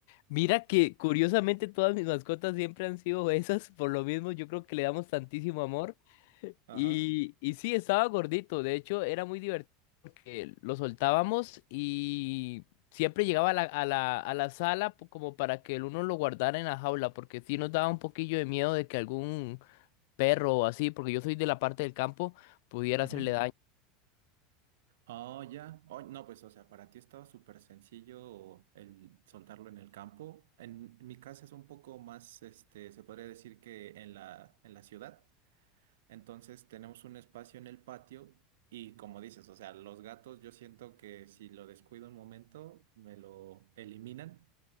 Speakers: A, on the left; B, on the right.
A: Mira que curiosamente todas mis mascotas siempre han sido <laughs> esas. Por lo mismo, yo creo que le damos tantísimo amor.
B: Ajá.
A: Y, y sí, estaba gordito. De hecho, era muy divertido porque lo soltábamos y siempre llegaba a la, a la, a la sala po- como para que el uno lo guardara en la jaula, porque sí nos daba un poquillo de miedo de que algún perro o así, porque yo soy de la parte del campo, pudiera
B: Ujú.
A: hacerle daño.
B: Oh, ya. Oh, no, pues, o sea, para ti estaba súper sencillo el soltarlo en el campo. En mi casa es un poco más, este, se podría decir que en la, en la ciudad. Entonces tenemos un espacio en el patio y como dices, o sea, los gatos yo siento que si lo descuido un momento me lo eliminan.